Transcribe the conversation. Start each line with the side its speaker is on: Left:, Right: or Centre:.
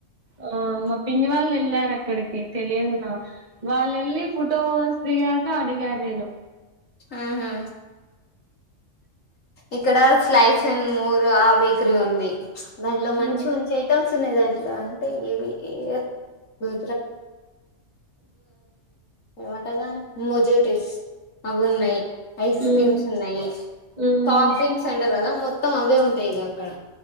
Right: ఆ మా పిన్ని వాళ్ళు వెళ్ళారు అక్కడికి తెలియదు నాకు వాళ్ళు ఎల్లి ఫోటోస్ దిగాక అడిగా నేను
Left: ఆ హా ఇక్కడ స్లైస్ అండ్ మోర్ ఆ బేకరి ఉంది దానిలో మంచి
Right: ఉమ్
Left: మంచి ఐటం మ్స్ ఉన్నాయి దాంట్లో అంటే ఇవి ఇవి <inaudible> ఏమంటరు దాన్ని మొజోటిస్ అవున్నాయి ఐస్
Right: ఉమ్
Left: క్రీమ్స్ ఉన్నాయి
Right: ఉమ్,
Left: సాఫ్ట్ డ్రింక్స్ సెంటరు కదా మొత్ త్తం అవే ఉంటాయి ఇగ అక్కడ